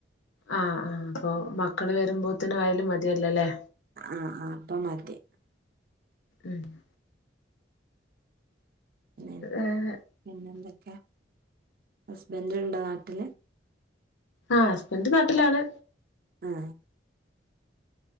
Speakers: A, on the left (about 80°); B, on the right (about 50°).
A: ആ അപ്പൊ മക്കള് വരുമ്പോത്തിന് ആയാലും മതിയല്ലല്ലേ?
B: ആ ആ അപ്പം മതി.
A: ഉം -
B: പിന്നെ
A: ഏഹ്
B: പിന്നെന്ത്? ഹസ്ബൻഡുണ്ടോ നാട്ടില്?
A: ആ ഹസ്ബൻഡ് നാട്ടിലാണ്.
B: ആ-